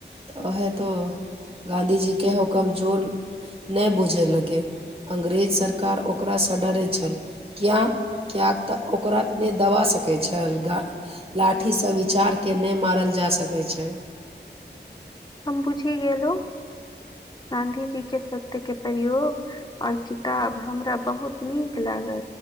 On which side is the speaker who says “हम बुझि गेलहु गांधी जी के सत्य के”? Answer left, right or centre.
Left